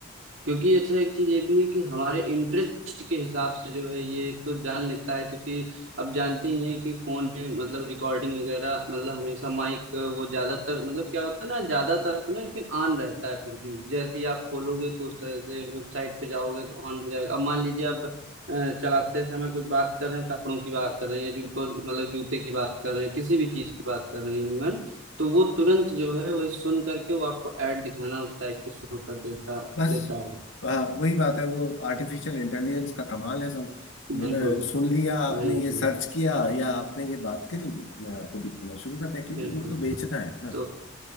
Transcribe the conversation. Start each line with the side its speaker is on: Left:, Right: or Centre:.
Right: क्योंकि अच्छा एक चीज ये भी है कि हमारे इंटरेस्ट के हिसाब से जो है ये एक तो जान लेता है क्योंकि अब जानते ही हैं कि फोन में मतलब रिकॉर्डिंग वगैरह मतलब हमेशा माइक वो ज्यादातर मतलब क्या होता है ना ज्यादातर तो नहीं लेकिन ऑन रहता है फिर भी जैसे ही आप खोलोगे तो उस तरह से वेबसाइट पे जाओगे तो ऑन हो जाएगा अब मान लीजिए आप अ, चलाते समय कुछ बात कर रहे हैं कपड़ों की बात कर रहे हैं या जूतों मतलब जूते की बात कर रहे हैं किसी भी चीज की बात कर रहे हैं इवन तो वो तुरंत जो है वही सुन करके वो आपको ऐड दिखाना उस टाइप के शुरू कर देता
Left: बस
Right: देता है
Left: हाँ वही बात है वो आर्टिफिशियल इंटेलिजेंस का कमाल है सब उन्होंने
Right: बिल्कुल,
Left: सुन लिया आपने
Right: वही
Left: ये
Right: वही,
Left: सर्च किया या आपने ये बात करी उन्होंने आपको दिखाना शुरू कर दिया क्योंकि
Right: बिल्कुल।
Left: उनको तो बेचना है ना
Right: तो